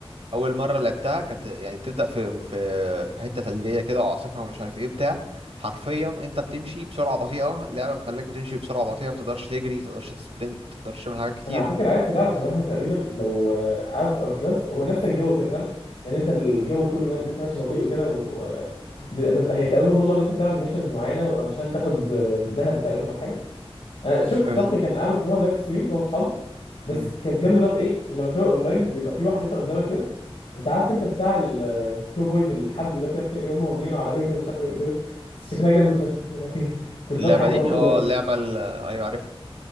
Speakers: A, on the right; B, on the left.
A: اول مره لعبتها كانت يعني بتبدا في في في حته ثلجيه كده وعاصفه ومش عارف ايه بتاع حرفيا انت بتمشي بسرعه بطيئه اللعبه مخليك بتمشي بسرعه بطيئه ما تقدرش تجري ما تقدرش تسبرنت ما تقدرش تعمل حاجات كتير
B: انا على فكره عرفت لعبه شبهها تقريبا لو آه، عارف اوتلاست هو نفس الجو كده فاهم ان انت الجو كله ما- ان انت ماشي بطيء وكده و... آه، ب... ب... هي تقريبا موضوع ان انت بتعمل ميشنز معينه عشان تاخد آه، ذهب تقريبا او حاجه انا شفت صاحبي
A: أه،
B: كان عامل في مره لايف ستريم هو واصحابه بس
A: امم
B: كانت جامده بقى في ايه لما تبقى اونلاين بيبقى في واحد مثلا قدامك كده انت عارف انت بتاع الكوبويز الحبل ده كده يقوموا مرمينه على رجله مش عارف يقلبه بس شكلها جامد فشخ <laughs> يعني كنت
A: اللعبه
B: بضحك
A: دي
B: والله طول
A: اه
B: الوقت
A: اللعبه ال... ايوه عارفها